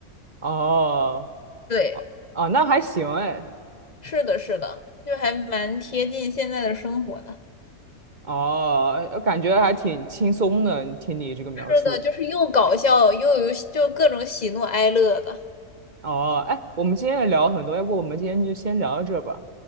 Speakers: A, on the right; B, on the left.
A: 哦，
B: 对，
A: 哦，那还行哎。
B: 是的，是的，就还蛮贴近现在的生活的。
A: 哦，呃感觉还挺轻松的，听你这个描述。
B: 是的，就是又搞笑又有就各种喜怒哀乐的。
A: 哦，哎，我们今天也聊了很多，要不我们今天就先聊到这吧？